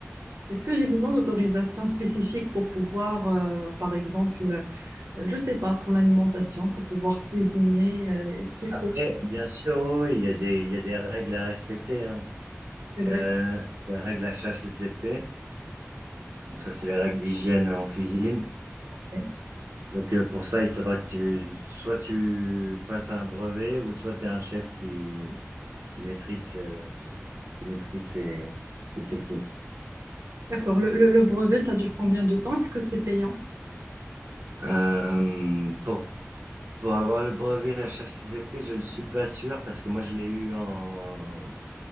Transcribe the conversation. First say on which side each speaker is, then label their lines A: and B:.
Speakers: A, on the right; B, on the right.
A: Est-ce que j'ai besoin d'autorisation spécifique pour pouvoir, euh, par exemple, euh, je ne sais pas, pour l'alimentation, pour pouvoir cuisiner, euh, est-ce qu'il
B: Après,
A: faut,
B: bien sûr, oui, oui, il y a des il y a des règles à respecter, hein.
A: c'est
B: Il
A: vrai,
B: y a les règles HACCP, donc
A: ça,
B: ça, c'est les règles d'hygiène en cuisine.
A: ouais.
B: Donc heu, pour ça, il faudra que tu soit tu passes un brevet ou soit tu as un chef qui qui maîtrise, heu, qui maîtrise ces ces techniques.
A: D'accord. Le, le- le brevet, ça dure combien de temps? Est-ce que c'est payant?
B: Hem, pour Pour avoir le brevet HACCP, je ne suis pas sûr parce que moi je l'ai eu en,